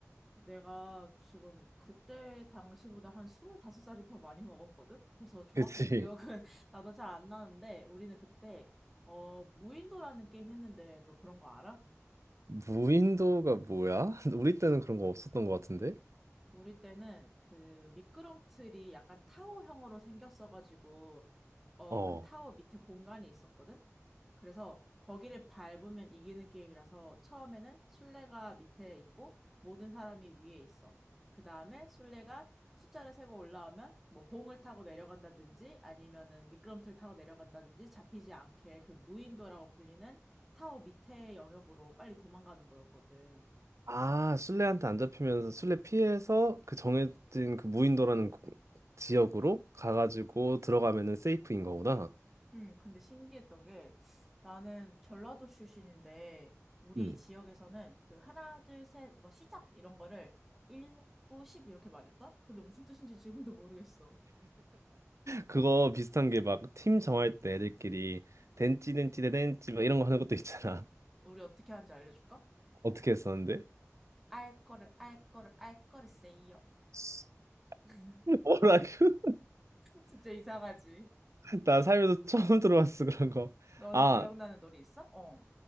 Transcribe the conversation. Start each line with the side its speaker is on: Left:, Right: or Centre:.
Centre: 내가 지금 그때 당시보다 한 25살이 더 많이 먹었거든? 그래서
Right: <laughs>
Centre: 정확히
Right: 그치.
Centre: 기억은 <laughs> 나도 잘 안 나는데 우리는 그때 어 무인도라는 게임 했는데 너 그런 거 알아?
Right: 무인도가 뭐야? <laughs> 우리 때는 그런 거 없었던 것 같은데?
Centre: 우리 때는 그 미끄럼틀이 약간 타워형으로 생겼어가지고 어
Right: 어.
Centre: 그 타워 밑에 공간이 있었거든? 그래서 거기를 밟으면 이기는 게임이라서 처음에는 술래가 밑에 있고 모든 사람이 위에 있어. 그 다음에 술래가 숫자를 세고 올라오면 뭐 봉을 타고 내려간다든지 아니면은 미끄럼틀 타고 내려간다든지 잡히지 않게 그 무인도라고 불리는 타워 밑에 영역으로 빨리 도망가는 거였거든.
Right: 아, 술래한테 안 잡히면서 술래 피해서 그 정해진 그 무인도라는 고- 지역으로 가가지고 들어가면은 세이프인 거구나.
Centre: 음, 근데 신기했던 게 나는 전라도 출신인데 우리
Right: 음.
Centre: 지역에서는 그 하나, 둘, 셋, 뭐 시작 이런 거를 1, 9, 10 이렇게 말했다? 근데 무슨 뜻인지 지금도 모르겠어.
Right: 그거 비슷한 게 막 팀 정할 때 애들끼리 댄찌 댄찌 댄찌 막 이런 거 하는 것도 있잖아.
Centre: 우리 어떻게 하는지 알려줄까?
Right: <laughs> 어떻게 했었는데?
Centre: 알 거를, 알 거를, 알 거를 세요.
Right: <laughs>
Centre: <laughs>
Right: 뭐라고?
Centre: 진짜 이상하지?
Right: 나 살면서 <laughs> 처음 들어봤어 그런 거.
Centre: 너는
Right: 아,
Centre: 기억나는 노래 있어? 어.